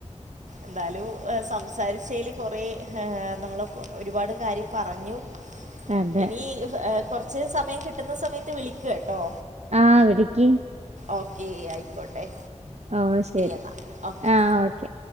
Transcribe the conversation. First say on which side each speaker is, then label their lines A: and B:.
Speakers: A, on the right (about 85°); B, on the right (about 65°).
A: ന്നാലും സംസാരിച്ചേല് കൊറേ നമ്മള് ഒരുപാട് കാര്യം പറഞ്ഞു
B: അതെ
A: എനി കൊർച്ച് സമയം കിട്ടുന്ന സമയത്ത് വിളിക്ക്‌ കേട്ടോ
B: ആ വിളിക്ക്
A: ഓക്കേ ആയിക്കോട്ടെ
B: ഓഹ് ശരി
A: എന്നാൽ ഓക്കെ
B: ആഹ് ഓക്കെ